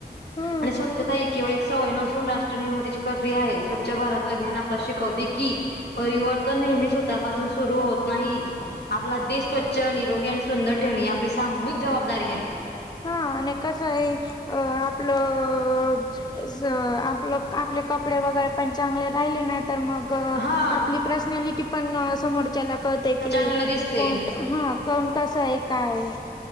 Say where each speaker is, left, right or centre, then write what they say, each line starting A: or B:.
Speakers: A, on the left; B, on the left.
A: हम्म
B: आणि स्वच्छता ही केवळ एक सवय नसून राष्ट्र निर्मितीची प्रक्रिया आहे स्वच्छ भारत अभियान आपल्या शिकवते की, परिवर्तन नेहमी स्वतःपासून सुरू होत नाही. आपला देश स्वच्छ निरोगी आणि सुंदर ठेवणे ही आपली सामूहिक जबाबदारी आहे.
A: हा आणि कसंय अ आपलं अ कस आपलं आपले कपडे वगैरे पण चांगले राहिले नाय तर मग आपली
B: हा.
A: पर्सनॅलिटी पण समोरच्याला कळते की
B: चांगलं दिसते
A: ह कोण कस आहे काय